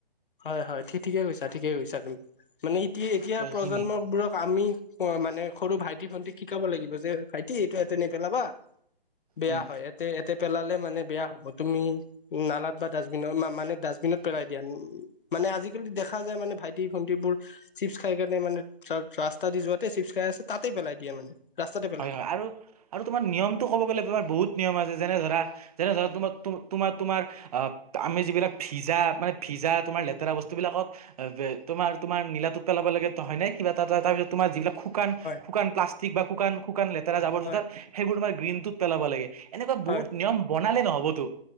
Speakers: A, on the left; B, on the right.
A: হয় হয় ঠি ঠিকে কৈছা ঠিকে কৈছা তুম। মানে ইতি এতিয়া
B: সেইখিনি
A: প্ৰজন্মবোৰক আমি অ', মানে সৰু ভাইটি ভণ্টিক শিকাব লাগিব যে ভাইটি এইটো ইয়াতে নেপেলাবা। বেয়া
B: উম
A: হয় এ তে ইয়াতে পেলালে মানে বেয়া হ'ব। তুমি নালাত বা ডাষ্টবিনত না মানে ডাষ্টবিনত পেলাই দিয়া। মানে আজিকালি দেখাঁ যায় মানে ভাইটি ভণ্টিবোৰ চিপছ খাই কাৰণে মানে <unintelligible> ৰাস্তা দি যোৱাঁতে চিপছ খাই আছে, তাতে পেলাই দিয়ে মানে। ৰাস্তাতে পেলাই
B: হয় হয়
A: দিয়ে
B: আৰু আৰু তোমাৰ নিয়মটো ক'ব গ'লে তমাৰ বহুত নিয়ম আছে যেনে ধৰা যেনে ধৰা তোমাৰ তোমাৰ তোমাৰ অহ আমি যিবিলাক ভিজা মানে ভিজা তোমাৰ লেতেৰা বস্তুবিলাকত অ' তোমাৰ তোমাৰ নীাটোত পেলাব লাগেো হয় নে কিবা এটা তাৰপিছত তোমাৰ যিবিলাক খু শুকান
A: হয়
B: শুকান প্লাষ্টিক বা শুকান শুকান লেতেৰা জাবৰ
A: হয়
B: জোতাৰ সেইবোৰ তমাৰ গ্ৰীণটুথ পেলাব লাগে। এনেকুৱা
A: হয়
B: বহুত নিয়ম বনালে নহ'বতো।